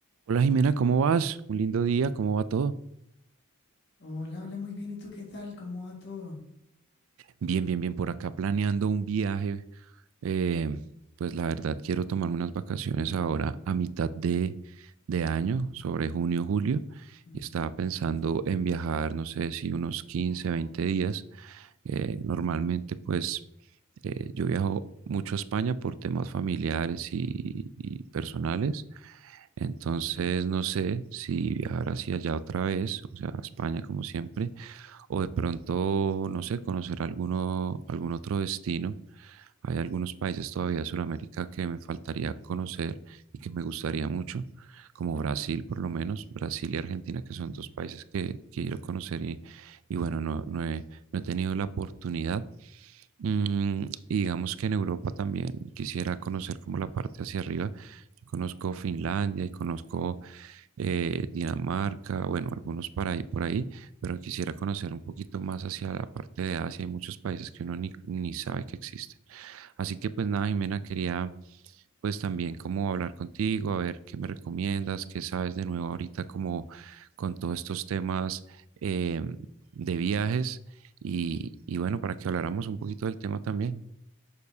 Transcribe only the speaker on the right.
Hola Jimena, ¿cómo vas? Un lindo día, ¿cómo va todo?
Bien, bien, bien, por acá planeando un viaje. eh, pues la verdad, quiero tomarme unas vacaciones ahora a mitad de, de año, sobre junio, julio,
y estaba pensando
en viajar, no sé si unos 15 20 días. Eh, normalmente, pues eh, yo viajo mucho a España por temas familiares y, y personales, entonces
no sé si viajar hacia allá otra vez, o sea, a España como siempre o de pronto, no sé, conocer alguno, algún otro destino. Hay algunos países todavía de Sudamérica que me faltaría conocer y que me gustaría mucho, como Brasil por lo menos, Brasil y Argentina, que son
dos países que quiero conocer y, y bueno, no, no he, no he tenido la oportunidad, Mm, y digamos que en Europa también quisiera conocer como la parte hacia arriba. Yo conozco Finlandia y conozco eh, Dinamarca, bueno, algunos para ahí por ahí, pero quisiera conocer un poquito más hacia la parte de Asia. Hay muchos países que uno ni, ni sabe que existen. Así que pues nada, Jimena,
quería pues también como hablar contigo, a ver qué me recomiendas, qué sabes de nuevo ahorita como con todos estos temas eh, de viajes y, y bueno, para que habláramos un poquito del tema también.